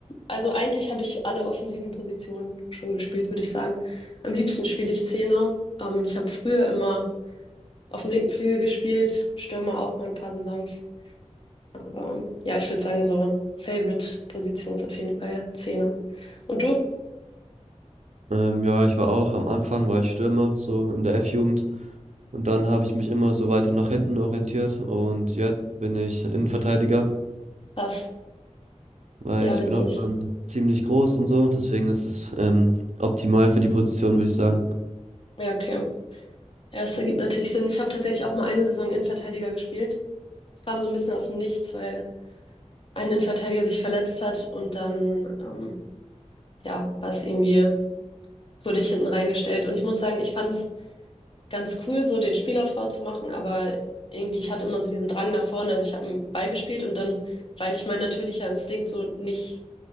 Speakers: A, on the left; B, on the right.
A: also eigentlich habe ich alle offensiven Positionen schon gespielt, würde ich sagen. Am liebsten spiele ich Zehner. Ähm, ich habe früher immer auf dem linken Flügel gespielt, Stürmer auch mal ein paar Saisons. Aber ja, ich würde sagen, so Favorite-Position ist auf jeden Fall Zehner. Und du?
B: Ähm, ja, ich war auch, am Anfang war ich Stürmer, so in der F-Jugend. Und dann habe ich mich immer so weiter nach hinten orientiert und jetzt bin ich Innenverteidiger,
A: Was?
B: weil
A: Ja,
B: ich
A: witzig.
B: bin auch schon ziemlich groß und so, deswegen ist es ähm, optimal für die Position, würde ich sagen.
A: Ja, okay. Ja, das ergibt natürlich Sinn. Ich habe tatsächlich auch mal eine Saison Innenverteidiger gespielt. Es kam so ein bisschen aus dem Nichts, weil ein Innenverteidiger sich verletzt hat und dann, ähm, ja, war es irgendwie, wurde ich hinten reingestellt. Und ich muss sagen, ich fand es ganz cool, so den Spielaufbau zu machen, aber irgendwie, ich hatte immer so diesen Drang nach vorne. Also ich habe einen Ball gespielt und dann weil ich mein natürlicher Instinkt so nicht